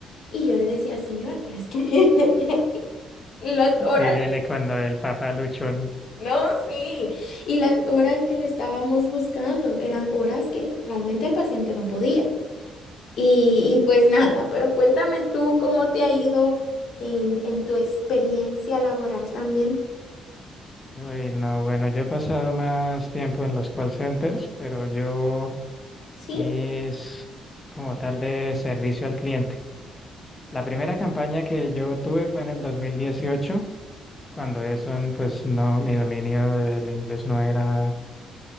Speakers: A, on the left; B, on the left.
A: Y yo le decía, señor, pero es que <laughs> las horas
B: Y dele cuando el papá luchón.
A: No, sí. Y las horas que le estábamos buscando eran horas que realmente el paciente no podía. Y, y pues nada, pero cuéntame tú cómo te ha ido en, en tu experiencia laboral también.
B: Uy, no, bueno, yo he pasado más tiempo en los call centers, pero yo
A: ¿Sí?
B: es como tal de servicio al cliente. La primera campaña que yo tuve fue en el 2018 cuando eso, pues no, mi dominio del inglés no era